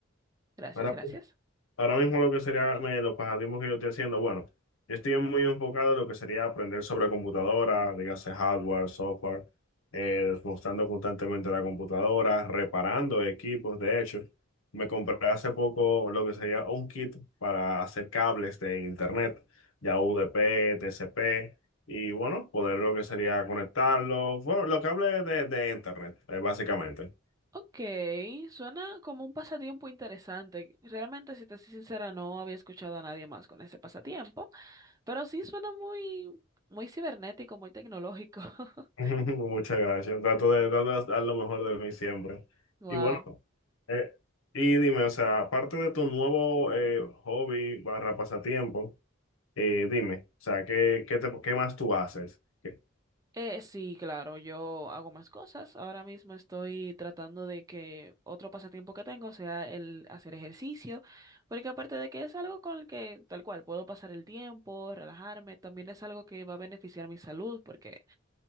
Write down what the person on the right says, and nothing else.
Gracias,
gracias.
Ok, suena como un pasatiempo interesante. Realmente, si te soy sincera, no había escuchado a nadie más con ese pasatiempo, pero sí suena muy, muy cibernético, muy tecnológico. <laughs>
Wow.
Eh, sí, claro, yo hago más cosas. Ahora mismo estoy tratando de que otro pasatiempo que tengo sea el hacer ejercicio, porque aparte de que es algo con el que tal cual puedo pasar el tiempo, relajarme, también es algo que va a beneficiar mi salud, porque,